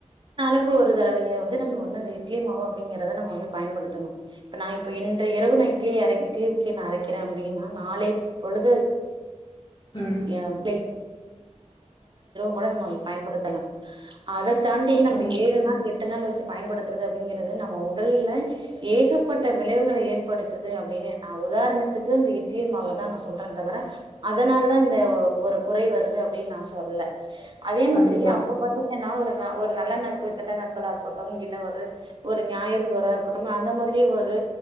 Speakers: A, on the right; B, on the left.
A: ளுக்கு ஒரு தடவையாவது நம்ம வந்து அந்த இட்லி மாவு அப்படிங்கறத நம்ம வந்து பயன்படுத்தணும் இப்ப நா இப்ப இன்ற இரவு நான் இட்லிய இட்லிக்கு நா அரைக்கிறே அப்டின்னா நாளை பொழுது <unintelligible>
B: ம்
A: <unintelligible> இரவும் கூட நம்ம பயன்படுத்தலாம் அதக் தாண்டி நம்ம
B: ம்
A: ஏழு நாள் எடு எட்டு நாள் வச்சு பயன்படுத்துறது அப்படிங்கறது நம்ம உடல்ல ஏகப்பட்ட விளைவுகளை ஏற்படுத்துது அப்டின்னு உதாரணத்துக்கு இந்த இட்லி மாவ தான் நான் சொல்றேன் தவிர அதனால தா இந்த ஒரு குறை வருது அப்படின் நா சொல்ல அதே மாதிரி
B: கண்டிப்பா
A: அப்ப பாத்தீங்கனா ஒரு நல்ல நாட்களா கெட்ட நாட்களா இருக்கட்டும் இல்ல ஒரு ஒரு ஞாயிறு தோறாஇருக்கட்டும் அந்த மாதிரி ஒரு